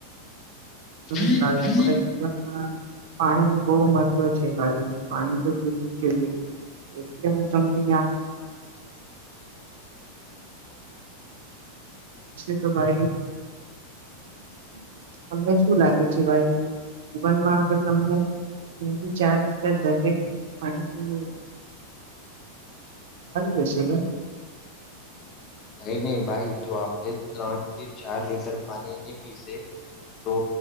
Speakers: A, on the right (about 75°); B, on the left (about 35°).
A: હમ
B: નહી
A: ભાઈ આપડા જીવનમાં પાણી ન બહુ મહત્વ છે, ભાઈ પાણી <unintelligible> એટલે હું તમને <inaudible> <inaudible> તો ભાઈ <unintelligible> શું લાગે છે, ભાઈ જીવનમાં આગર તમને. <unintelligible> ચાર લીટર દરેક પાણી પીવું <inaudible> રહે <inaudible>
B: <unintelligible> નહીં નહીં ભાઈ જો આપણે ત્રણ થી ચાર લીટર પાણી નહી પીશે. તો